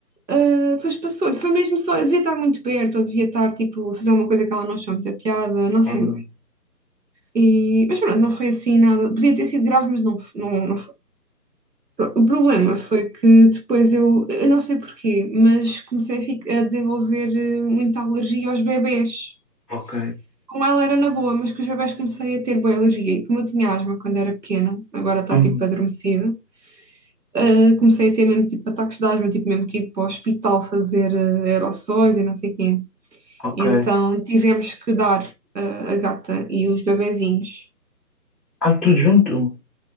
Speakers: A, on the right; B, in the centre.
A: Ah, depois passou-lhe. Foi mesmo só, eu devia estar muito perto, ou devia estar, tipo, a fazer uma coisa que ela não achou muita piada, não sei
B: Uhum.
A: bem. E, mas pronto, não foi assim nada. Podia ter sido grave, mas não, não, não Pronto, O problema foi que depois eu, eu não sei porquê, mas comecei a, fi- a desenvolver eh, muita alergia aos bebés.
B: Ok.
A: Com ela era na boa, mas com os bebés comecei a ter boa alergia. E como eu tinha asma quando era pequena, agora está
B: Hum,
A: tipo adormecida, eh, comecei a ter mesmo tipo ataques de asma, tipo mesmo que ir para o hospital fazer eh, aerossóis e não sei quê.
B: ok.
A: Então tivemos que dar eh, a gata e os bebezinhos.
B: Ai, tudo junto?